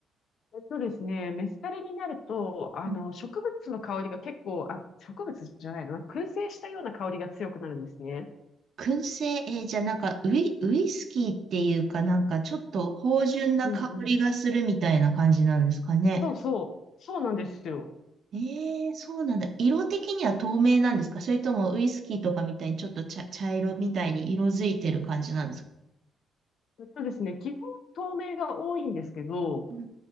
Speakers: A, on the left; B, on the right.
A: えっとですね、メスカリになると、あの、
B: うん
A: 植物の香りが結構、あ、植物じゃないな、燻製したような香りが強くなるんですね。
B: 燻製、えーじゃあなんかウイ、ウイスキーっていうかなんかちょっと芳醇な香りがするみたいな感じなんですかね。
A: うんうん。そうそう。そうなんですよ。
B: ええそうなんだ。色的には透明なんですかそれともウイスキーとかみたいにちょっと茶、茶色みたいに色づいてる感じなんですか
A: えっとですね、基本透明が多いんですけど、
B: うん